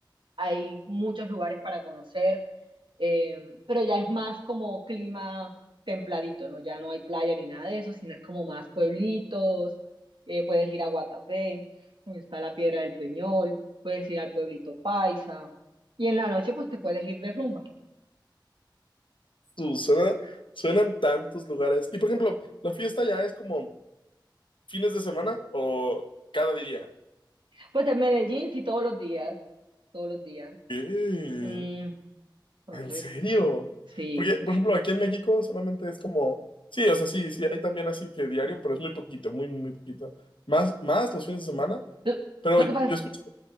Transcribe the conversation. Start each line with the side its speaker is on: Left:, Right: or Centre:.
Right: hay muchos lugares para conocer, eh, pero ya es más como clima templadito, ¿no? Ya no hay playa ni nada de eso, sino es como más pueblitos, eh, puedes ir a Guatapé, donde está la Piedra del Peñol, puedes ir al pueblito Paisa, y en la noche pues te puedes ir de rumba.
Left: su- suena- suenan tantos lugares. Y por ejemplo, ¿la fiesta ya es como fines de semana o cada día?
Right: Pues en Medellín sí todos los días, todos los días.
Left: ¿Qué?
Right: Mm, entonces,
Left: ¿En serio?
Right: sí.
Left: Porque, por ejemplo, aquí en México solamente es como, sí, o sea, sí, sí, hay también así que diario, pero es muy poquito, muy, muy poquito. Más, más los fines de semana,
Right: Lo,
Left: pero
Right: lo
Left: yo,
Right: que pasa
Left: yo
Right: es,
Left: he escuchado,